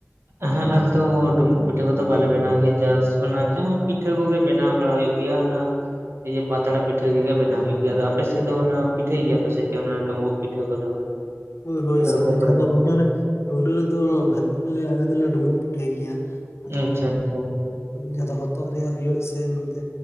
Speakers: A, on the right (about 60°); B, on the left (about 65°).
A: ᱮᱦᱮᱜ ᱟᱞᱮ ᱫᱚ ᱰᱩᱸᱵᱩᱜ ᱯᱤᱴᱷᱟᱹ ᱠᱚᱫᱚ ᱵᱟᱞᱮ ᱵᱮᱱᱟᱣ ᱜᱮᱭᱟ ᱡᱟᱥ ᱚᱱᱟ ᱡᱟᱦᱟᱸ ᱯᱤᱴᱷᱟᱹ ᱠᱚᱜᱮ ᱵᱮᱱᱟᱣ ᱵᱟᱲᱟᱭ ᱦᱩᱭᱩᱜ ᱜᱮᱭᱟ ᱚᱱᱟ ᱤᱭᱟᱹ ᱯᱟᱛᱲᱟ ᱯᱤᱴᱷᱟᱹ ᱠᱚ ᱜᱮ ᱵᱮᱱᱟᱣ ᱦᱩᱭᱩᱜ ᱜᱮᱭᱟ, ᱟᱫᱚ ᱟᱯᱮ ᱥᱮᱫ ᱫᱚ ᱚᱱᱟ ᱯᱤᱴᱷᱟᱹᱭ ᱜᱮᱭᱟ ᱠᱚ ᱥᱮ ᱪᱮᱫ ᱚᱱᱟ ᱰᱩᱸᱵᱩᱜ ᱯᱤᱴᱷᱟᱹ ᱠᱚᱫᱚ?
B: ᱦᱳᱭ ᱦᱳᱭ
A: ᱟᱹᱨᱩᱵ
B: <unintelligible>
A: ᱠᱚᱨᱮ ᱦᱚᱸ
B: ᱨᱩᱰᱟᱹ ᱨᱮᱫᱚ ᱵᱷᱟᱜᱤ ᱜᱮᱞᱮ ᱟᱞᱮ ᱫᱚᱞᱮ ᱰᱩᱢᱵᱩᱜ ᱯᱤᱴᱷᱟᱹᱭ ᱜᱮᱭᱟ᱾ ᱟᱫᱚ
A: ᱟᱪᱪᱷᱟ ᱟᱪᱪᱷᱟ
B: ᱡᱟᱦᱟᱸ ᱫᱚ ᱦᱚᱛᱚᱜ ᱨᱮᱭᱟᱜ ᱦᱩᱭᱩᱜ ᱥᱮ ᱱᱚᱛᱮ